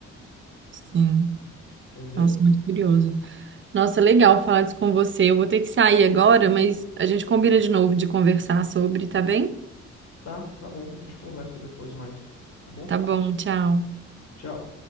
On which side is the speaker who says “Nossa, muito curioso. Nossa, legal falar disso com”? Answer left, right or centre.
Right